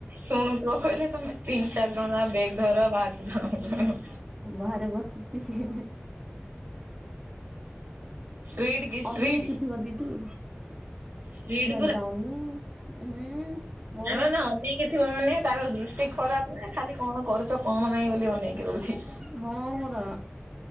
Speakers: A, on the right; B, on the right.
A: ଶୁଣୁ ପୁଅ କହିଲେ ତମେ ତିନି ଚାରି ଜଣ ଯାକ ବେଗ ଧର ବାହାରି ଯା
B: ବାହାରେ ବସିଛି ସିଏ।
A: ଷ୍ଟ୍ରିଟ୍ କି ଷ୍ଟ୍ରିଟ୍
B: ଅନେଇକି ଥିବ ଦିଦି। ଇଆଡେ
A: ଷ୍ଟ୍ରିଟ୍
B: ଯାଉନି ହୁଁ। ବହୁତ
A: ନା ନା ଅନେକି ଥିବ ମାନେ ତାର ଦୃଷ୍ଟି ଖରାପ ନା ଖାଲି। କଣ କରୁଛ କଣ ନାହିଁ ବୋଲି ଅନେଇକି ରହୁଛି।
B: ହଁ ପରା।